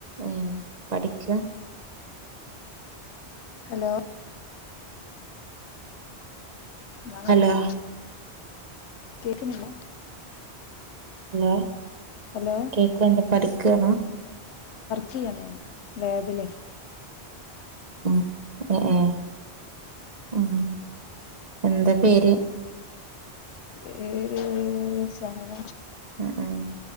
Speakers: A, on the right (about 45°); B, on the left (about 80°).
A: ഊം പഠിക്ക
B: ഹലോ ഇതാ വർക്ക്
A: ഹലോ
B: കേക്കണില്ല
A: ഹലോ
B: ഹലോ
A: കേക്കൺണ്ട് പഠിക്കേണാ
B: കിയാണ് ഞാൻ ലാബിലേ
A: ഉം അ ആ ഉം എന്താ പേര്
B: പേര് സഹന
A: ഉം ഉം